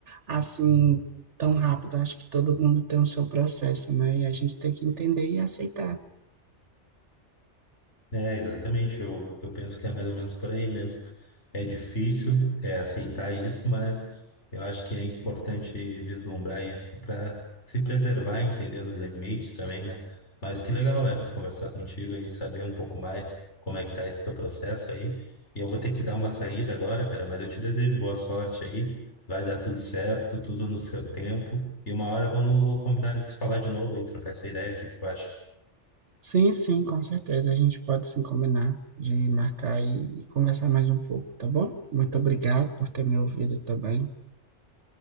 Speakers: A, on the right; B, on the left.
A: assim tão rápido. Acho que todo mundo tem o seu processo, né? E a gente tem que entender e aceitar.
B: É, exatamente. Eu, eu penso que é mais ou menos por aí mesmo. É difícil é, aceitar isso, mas eu acho que é importante vislumbrar isso para se preservar, entender os limites também, né? Mas que legal, Hélio, conversar contigo aí, saber um pouco mais como é que tá esse teu processo aí. E eu vou ter que dar uma saída agora, cara, mas eu te desejo boa sorte aí. Vai dar tudo certo, tudo no seu tempo. E uma hora vamos combinar de se falar de novo e trocar essa ideia. O que que tu acha?
A: Sim, sim, com certeza. A gente pode sim combinar de marcar e e conversar mais um pouco, tá bom? Muito obrigado por ter me ouvido também.